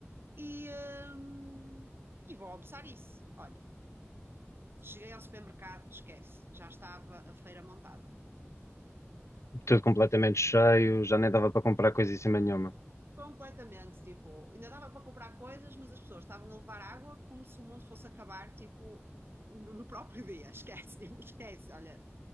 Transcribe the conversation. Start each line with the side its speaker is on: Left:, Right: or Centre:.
Right: e, hum, e vou almoçar isso. Olha, cheguei ao supermercado, esquece, já estava a feira montada.
Left: Tudo completamente cheio, já nem dava para comprar coisa em cima nenhuma.
Right: Completamente, tipo, ainda dava para comprar coisas, mas as pessoas estavam a levar água como se o mundo fosse acabar, tipo, no no próprio dia, <laughs> esquece, tipo, esquece, olha,